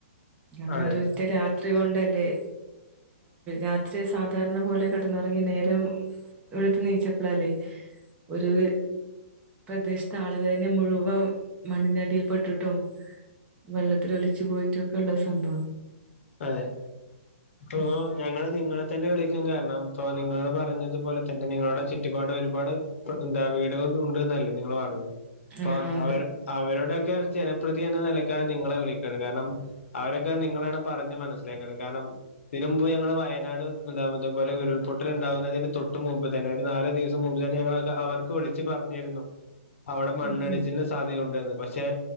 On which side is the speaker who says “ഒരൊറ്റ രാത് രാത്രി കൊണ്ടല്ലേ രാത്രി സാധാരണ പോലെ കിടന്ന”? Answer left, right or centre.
Right